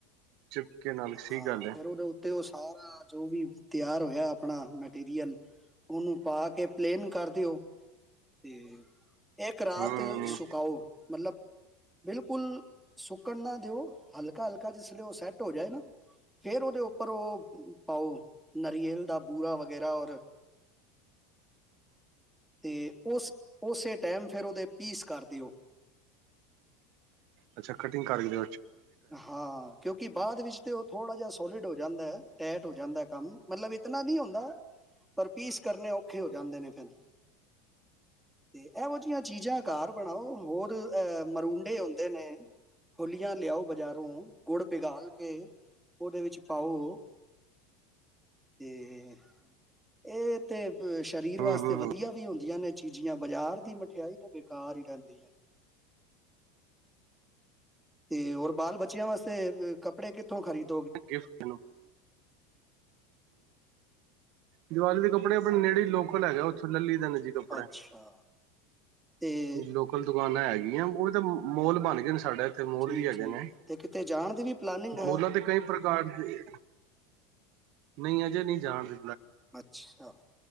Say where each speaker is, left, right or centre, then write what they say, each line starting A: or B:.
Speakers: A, on the right; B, in the centre.
A: ਚਿਪਕੇ ਨਾਲ ਸਹੀ
B: ਹਾਂ
A: ਗੱਲ ਹੈ
B: ਫੇਰ ਉਹਦੇ ਉੱਤੇ ਉਸ ਸਾਰਾ ਜੋ ਵੀ ਤਿਆਰ ਹੋਇਆ ਆਪਣਾ ਮਟੀਰੀਅਲ ਉਹਨੂੰ ਪਾ ਕੇ ਪਲੇਨ ਕਰ ਦਿਓ ਤੇ, ਇਕ ਰਾਤ
A: ਹੂੰ
B: ਸੁਕਾਓ ਮਤਲਬ ਬਿਲਕੁਲ ਸੁੱਕਣ ਨਾ ਦਿਓ, ਹਲਕਾ-ਹਲਕਾ ਜਿਸ ਲਈ ਉਹ ਸੈੱਟ ਹੋ ਜਾਏ ਨਾ, ਫੇਰ ਉਹਦੇ ਉੱਪਰ ਉਹ ਪਾਓ ਨਾਰੀਅਲ ਦਾ ਬੂਰਾ ਵਗੈਰਾ ਔਰ ਤੇ ਉਸ ਉਸੇ ਟਾਈਮ ਫੇਰ ਉਹਦੇ ਪੀਸ ਕਰ ਦਿਓ।
A: ਅੱਛਾ ਕਟਿੰਗ ਕਰਕੇ ਦਿ
B: ਹਾਂ, ਕਿਉਂਕਿ ਬਾਅਦ ਵਿੱਚ ਤੇ ਉਹ ਥੋੜਾ ਜਿਹਾ ਸੋਲਿਡ ਹੋ ਜਾਂਦਾ ਹੈ, ਟੈਟ ਹੋ ਜਾਂਦਾ ਕੰਮ ਮਤਲਬ ਇਤਨਾ ਨੀ ਹੁੰਦਾ ਪਰ ਪੀਸ ਕਰਨੇ ਔਖੇ ਹੋ ਜਾਂਦੇ ਨੇ ਫੇਰ ਤੇ ਇਹੋ ਜਿਹੀਆਂ ਚੀਜ਼ਾਂ ਘਰ ਬਣਾਓ, ਹੋਰ ਅਹ ਮਰੂਡੇ ਹੁੰਦੇ ਨੇ ਫੁਲੀਆਂ ਲਿਆਓ। ਬਾਜ਼ਾਰੋਂ ਗੁੜ ਪਿਗਾਲ ਕੇ ਉਹਦੇ ਵਿੱਚ ਪਾਓ ਤੇ ਇਹ ਤੇ ਅ ਸਰੀਰ
A: ਹੂੰ
B: ਵਾਸਤੇ
A: ਹੂੰ
B: ਵਧੀਆ
A: ਹੂੰ
B: ਵੀ ਹੁੰਦੀਆਂ ਨੇ ਚੀਜ਼ੀਆਂ। ਬਾਜ਼ਾਰ ਦੀ ਮਠਿਆਈ ਤਾਂ ਬੇਕਾਰ ਹੀ ਰਹਿੰਦੀ ਹੈ। ਤੇ ਹੋਰ ਬਾਲ ਬੱਚਿਆਂ ਵਾਸਤੇ ਕੱਪੜੇ ਕਿੱਥੋਂ ਖਰੀਦ
A: ਗਿਫਟ ਦੀਵਾਲੀ ਦੇ ਕੱਪੜੇ ਆਪਣੇ ਨੇ ਜਿਹੜੀ ਲੋਕਲ ਹੈਗਾ ਉਥੋ ਲੈ ਲਈ ਦੇ ਨੇ, ਜੀ ਕੱਪੜਾ
B: ਅੱਛਾ, ਤੇ
A: ਲੋਕਲ ਦੁਕਾਨ ਹੈਗੀ। ਉਹ ਵੀ ਤਾਂ ਮੋਲ ਬਣ ਗਏ ਨੇ ਸਾਡੇ ਥ ਮੋਲ
B: ਠੀਕ
A: ਵੀ ਹੈਗੇ
B: ਠੀਕ
A: ਨੇ
B: ਤੇ ਕਿਤੇ ਜਾਣ ਦੀ ਵੀ ਪਲਾਨਿੰਗ ਹੈ
A: ਮੋਲਾਂ ਤੇ ਕਈ ਪ੍ਰਕਾਰ ਦੇ ਨੀ ਅਜੇ ਨਹੀਂ ਜਾਣਦੇ।
B: ਅੱਛਾ,